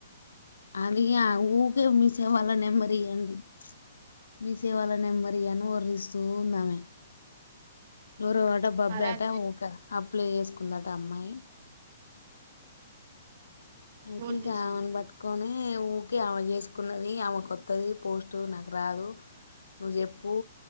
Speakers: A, on the left (about 65°); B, on the right (about 45°).
A: అదిగా ఊకే మీ సేవాళ్ళ నెంబరీయండి మీ సేవాల నెంబరి అని ఒర్రిస్తూ ఉందామే ఎవరో అట బబ్బాట
B: అలా చే
A: ఊకె అబ్ ప్లే చేసుకుందట అమ్మాయి అయితే
B: ఫోన్
A: ఇగామని
B: చేసింది
A: పట్టుకొని ఊకే ఆమద్ జేసు కున్నది ఆమెకొత్తది పోస్ట్ నాకు రాదు నువ్ జెప్పు